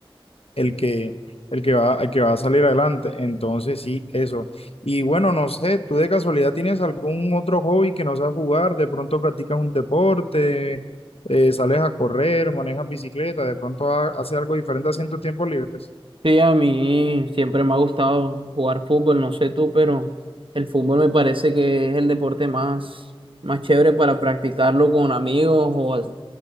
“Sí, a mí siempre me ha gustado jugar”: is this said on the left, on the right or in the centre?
Right